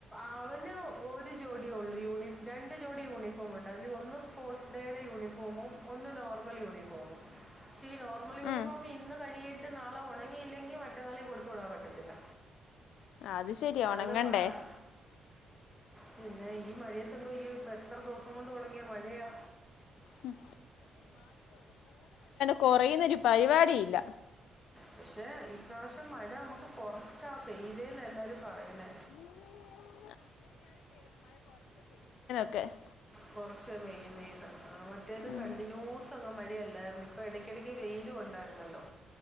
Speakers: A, in the centre; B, on the left.
A: അവന് ഒരു ജോഡിയു ള്ളൂ യൂണിഫ രണ്ട് ജോഡി യൂണി യൂണിഫോമുണ്ട് അതിൽ ഒന്ന് സ്പോർട്സ് ഡേയുടെ യൂണിഫോമും ഒന്ന് നോർമൽ യൂണിഫോമും പക്ഷേ ഈ നോർമൽ യൂണിഫോം
B: ഉം.
A: ഇന്ന് കഴിയിട്ട് നാളെ ഉണങ്ങിയില്ലെങ്കിൽ മറ്റന്നാളും കൊടുത്ത് വി ടാൻ പറ്റത്തില്ല
B: അത് ശരി ഉണങ്ങണ്ടേ
A: അത് പാടാ പിന്നെ ഈ മഴയത്തെ എന്തോ ചെയ്യും ഇപ്പൊ എത്ര ദിവസം കൊണ്ട് തുടങ്ങിയ മഴയാ
B: ഉം കുറയുന്നൊരു പരിപാടിയില്ല
A: പക്ഷെ ഈപ്രാവശ്യം മഴ നമുക്ക് കൊറച്ചാ പെയ്തേന്ന എല്ലാരും പറയുന്നെ
B: <inaudible> ക്കെ <inaudible>
A: കുറച്ച പെയ്യുന്നെന് മറ്റേത്
B: ഉം,
A: കണ്ടിന്യൂസ് അങ്ങ് മഴയല്ലായിരുന്ന ഇപ്പ ഇടയ്ക്കിടക്ക് വെയില് ഉണ്ടായിരുന്നല്ലോ